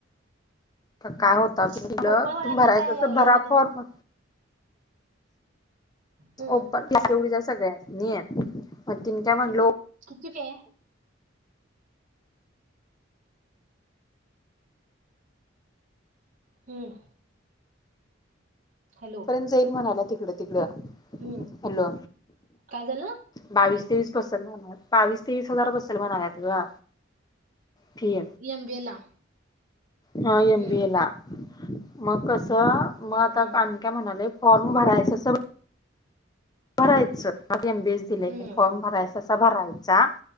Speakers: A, on the right (about 45°); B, on the left (about 20°).
A: हम्म
B: काय होता तुलं
A: कोपरवाल्यांना
B: <unintelligible> तुम भरायच
A: काय
B: अस
A: हे
B: भरा
A: वजन
B: फॉर्म
A: हम्म
B: ओपन तेवढीच सगळ्यांनी तिनी काय म्हणलो
A: किती फी हाय. हम्म! हॅलो
B: पर्यंत जाईल म्हणाला तिकडं तिकडं,
A: हम्म
B: हॅलो
A: काय झालं
B: बावीस तेवीस बससेल म्ह बावीस तेवीस हजार बससेल म्हणाल्यात ग फी
A: एम बी ए ला
B: हा
A: हम्म
B: एम बी ए ला मग कस, मग आता
A: हम्म
B: काम काय म्हणाले फॉर्म भरायचं स भरायचं एम बी ए स दिलंय
A: हम्म
B: फॉर्म भरायच, तसा भरायचा